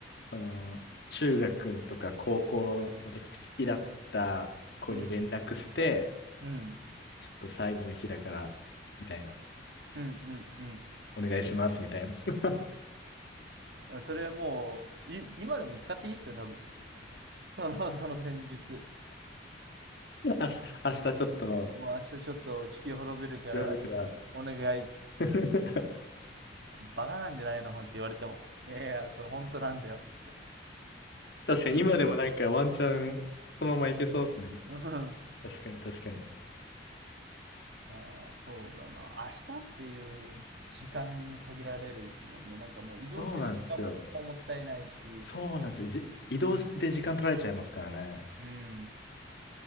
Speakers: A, on the left; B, on the right.
A: その、中学とか高校の時好きだった子に連絡して、
B: うん。うん。うん。
A: ちょっと最後の日だから、みたいな、
B: うん。うん。<laughs>
A: お願いします、みたいな。<laughs>
B: うんそれもう、い今でも使っていいっすよ、多分。その、その戦術。
A: 明日、明日ちょっと
B: もう明日ちょっと地球滅びるから
A: 夜から
B: お願いっつって。
A: <laughs>
B: バカなんじゃないのほんって言われても。いやいや、これ本当なんだよっつって。
A: 確かに今でもなんかワンチャンそのままいけそうですね。
B: ワンチャンつにうん。あ
A: 確かに確かに。
B: あ、そうだな。明日っていう時間に限られるですもんね。なんかもう移動してる時間ももったいないし。
A: そうなんですよ。そうなんですよ。じ、移動で時間取られちゃいますからね。
B: うん。